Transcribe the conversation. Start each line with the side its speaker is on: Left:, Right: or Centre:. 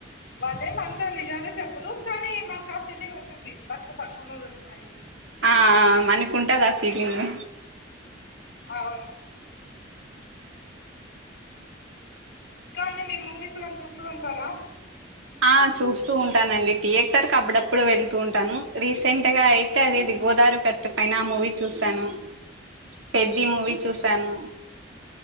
Left: వాళ్ళే మన్సు నిజమే చెప్పరు కానీ, మాకు ఆ ఫీలింగ్ ఉంటుంది. బట్టల పక్కువ రోజు న్నాయి అని
Right: ఆ ఆ మనకుంటది ఆ ఫీలింగు.
Left: అవును కానీ మీరు మూవీస్ గాని చూస్తూ ఉంటారా.
Right: ఆ చూస్తూ ఉంటానండి. థియేటర్క్ అబ్బుడప్పుడు వెళ్తూ ఉంటాను రీసెంట్ గాయి తే అది ఇది
Left: ఉమ్.
Right: గోదవరి గట్టు పైన ఆ మూవీ చూశాను, పెద్ది మూవీ చూసాను.